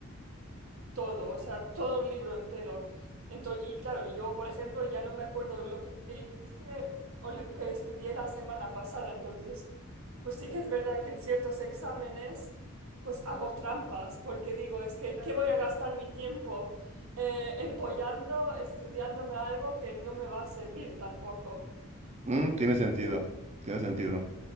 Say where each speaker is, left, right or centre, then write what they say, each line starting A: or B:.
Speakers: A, on the right (about 75°); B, on the right (about 30°).
A: todo, o sea, todo un libro entero. entonces y claro, yo, por ejemplo, ya no me acuerdo lo que hice o lo que estudié la semana pasada, entonces, pues sí que es verdad que en ciertos exámenes, pues hago trampas, porque digo, es que, ¿qué voy a gastar mi tiempo eh, empollando, estudiándome algo que no me va a servir tampoco?
B: Mm, tiene sentido, tiene sentido.